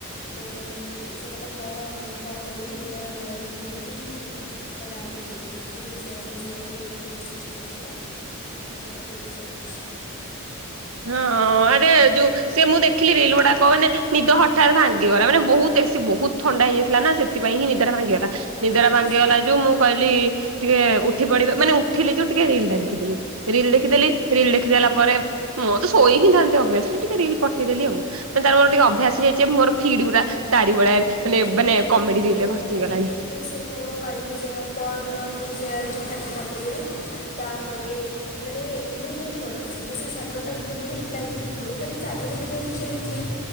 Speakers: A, on the left; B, on the right.
A: ମୁଁ କହିଲି ସେ କହିଲା କଣ କଣ କହିବି ଏଇ ରିଲ୍ ପଠେଇକି କହିଲେ ଆଉଥରେ ଶୋଇପଡ଼ିବି ମୁଁ କହିଲି ସେୟା ହ ସେଇ ଟାଇମେ ଉଠିକି ମେସେଜ୍ ଥିଲା ତାପରେ ଆମର କୁ ଗ ସରେ ପୁଛି
B: ହଁ ଆରେ ଯୋଉ ସେ ମୁଁ ଦେଖିଲି ରିଲ ଗୁଡାକ ମାନେ ନିଦ ହଠତ୍ ଭାଙ୍ଗିଗଲା ମାନେ ବହୁତ ଏି ବହୁତ ଥଣ୍ଡା ହେଇଯାଇଥିଲା ନା ସେ ସେଥିପାଇଁ ହିଁ ନିଦରା ଭାଙ୍ଗିଗଲା ନିଦାରା
A: କାଲି
B: ଭାଙ୍ଗିଗଲା ଯୋଉ ମୁଁ କହିଲି ଟିକେ ଉଠି ପଡିବା ମାନେ ଉଠିଲି ଜଉ ଟିକେ ରିଲ ଟା ଦେଖିଦେଲି ରିଲ ଦେଖିଦେଲି ରିଲ ଦେଖିଦେଲା ପରେ ମୁଁ ତ ଶୋଇ ହିଁ ଥାନ୍ତି ଅଭିଅସଲି ଟିକେ ରିଲ ପଠେଇଦେଲି ଆଉ ମାନେ ତାର ମୋର
A: ତାପରେ
B: ଟିକେ ଅଭ୍ୟାସ ହେଇଯାଇଛି ମୋର ଫିଡ୍ ଗୁରା ତାରି ଭଳିଆ ମାନେ
A: ଏବେ
B: ମାନେ
A: ଧୀରେ
B: କମେଡି
A: ଧୀରେ
B: ରିଲ ରେ
A: ହେଲାଣି
B: ଭର୍ତ୍ତି ହେଇଗଲାଣି।
A: ଏବେ ସେଇ ମୋର କାଲିଠୁ ସେଇଆ ପରଦିନଠୁ ସେଆ ଖାଲି କମେଡ଼ିରେ ତାପରେ ମାନେ ମୁଁ ଜାଣିଛି କଣ ସିଏ ସିଏ ସାଢ଼େ ବାରଟା ଗୋଟେ ବେଳକୁ ରିପ୍ଲାଏ ଦିଏ ମୁଁ କାଲି ସାଢ଼େ ଗୋଟେ ଯାଇ ଆଣିଥିଲି।